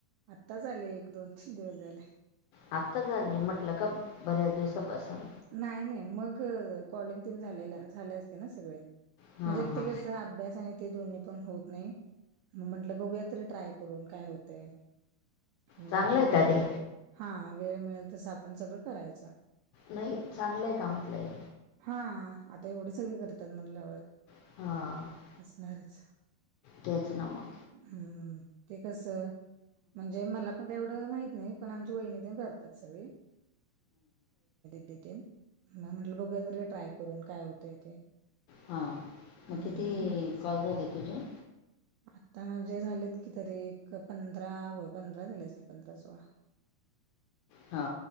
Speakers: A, on the right; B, on the left.
A: आत्ताच आले एक, दोन, तीन दिवस झाले.
B: आत्ता आले नाही म्हटलं का बऱ्याच दिवसापासून
A: नाही- नाही मग कॉलिंग तन झाले, झाले असते ना सगळे
B: हा
A: म्हणजे
B: हा
A: ते कस अभ्यास आणि ते दोन्ही पण होत नाही. मग म्हंटलं बघूया ततरी ट्राय करून काय होते. म्हणजे
B: चांगलं
A: आपलं
B: आहे
A: वेळ
B: का ते
A: हा, वेळ मिळेल तस आपण सगळं करायचं.
B: नाही चांगलंय का म्हटलंय?
A: हा आता एवढी सगळे करतात म्हटल्यावर
B: हा
A: असणारच
B: तेच ना मग
A: हम्म ते कस म्हणजे मला ऐवढ माहीत नाही पण आमची वहीनी करतात सगळी मग म्हटलं बघू त ते ट्राय करून काय होतय ते?
B: हां
A: हं,
B: मग किती
A: म्हणून करायचं.
B: कॉल झाले तुझे
A: आता म्हणजे झालेत कि तरी एक पंधरा होय पंधरा झाले असतील पंधरा सोळा
B: हा